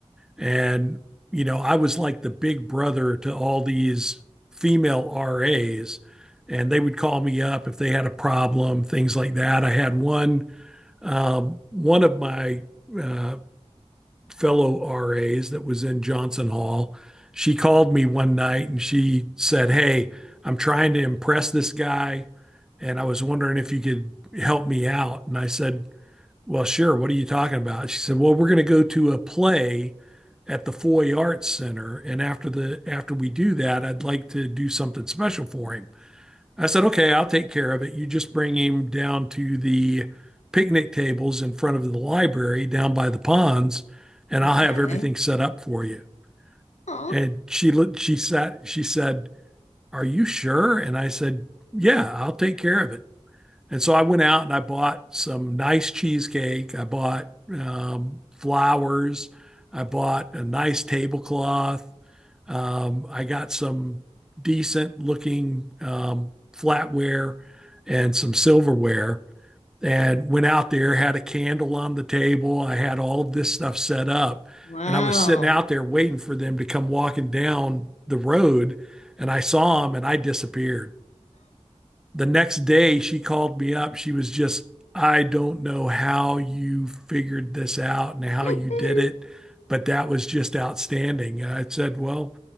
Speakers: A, in the centre; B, on the left.
A: And, you know, I was like the big brother to all these female RAs, and they would call me up if they had a problem, things like that. I had one, um, one of my uh, fellow RAs that was in Johnson Hall. She called me one night and she said, Hey, I'm trying to impress this guy. And I was wondering if you could help me out. And I said, well, sure. What are you talking about? She said, Well, we're going to go to a play at the Foy Arts Center, and after the after we do that, I'd like to do something special for him. I said, Okay, I'll take care of it. You just bring him down to the picnic tables in front of the library down by the ponds, and
B: Okay.
A: I'll have everything set up for you.
B: Oh,
A: And she looked, she sat, she said, Are you sure? And I said, Yeah, I'll take care of it. And so I went out and I bought some nice cheesecake. I bought um, flowers. I bought a nice tablecloth. Um, I got some decent looking um, flatware and some silverware and went out there, had a candle on the table. I had all of this stuff set up.
B: wow.
A: And I was sitting out there waiting for them to come walking down the road. And I saw them and I disappeared the next day she called me up. She was just, I don't know how you figured this out and
B: <laughs>
A: how
B: I
A: you did it, but that was just outstanding. And I said, well,